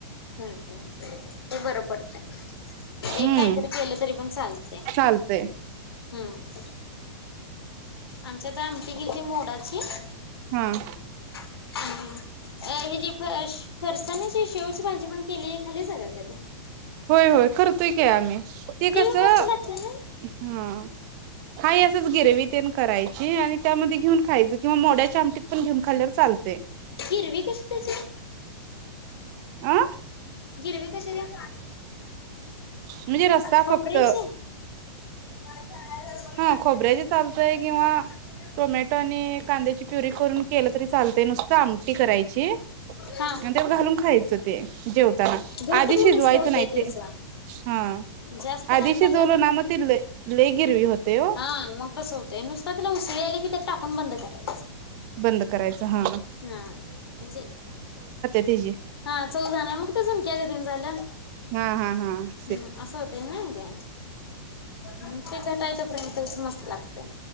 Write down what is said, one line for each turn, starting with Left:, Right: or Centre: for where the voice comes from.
Left: हम्म-हम्म ते बरं पडतय.
Right: हम्म
Left: एक काही तरी केलं तरी पण चालतय.
Right: चालतंय
Left: हम्म आमच्यात आमटी केलती मोडाची.
Right: हम्म.
Left: <unintelligible> अम्म. अ हे जी फश फरसान्याची शेवची भांजी पण केलेली खाल्लीसा का कधी.
Right: होय-होय करतोय आम्ही. ते
Left: ती
Right: कसं
Left: बी मस्त लागते ना
Right: हां हाय असच गिरवी तेन करायची आणि त्यामध्ये घेऊन खायचं किंवा मोड्याच्या आमटीत पण घेऊन खाल्ल्यावर चालते.
Left: गिरवी कशी त्याची?
Right: अ
Left: गिरवी कशी घ्या
Right: म्हणजे रस्सा
Left: खोब्रेशी
Right: फक्त
Left: <unintelligible>
Right: हा खोबऱ्याची चालतंय किंवा टोमॅटो आणि कांद्याची प्युरी करून केलं तरी चालते नुसतं आमटी करायची.
Left: हा
Right: आणि त्यात घालून खायचं ते जेवताना
Left: घट
Right: आधी
Left: बी
Right: शिजवायचं
Left: मस्त होतय
Right: नाही ते.
Left: त्याचा.
Right: हां
Left: जास्त
Right: आधी
Left: कांदा
Right: शिजवलो
Left: घालून
Right: ना म ते लय-लय गिरवी होते ओ.
Left: आं मग तसं होतंय नुसतं तिला उसळी आले की त्यात टाकून बंद करायचं.
Right: बंद करायचं हां.
Left: हां म्हणजे
Right: त्याची
Left: हां चव जानार मग ते झुणक्या गरी न झालं.
Right: हम्मं-हम्मं-हम्मं.
Left: हम्म असं होत नाही ते हम्म ते घटायचं पर्यंतच मस्त लागतय.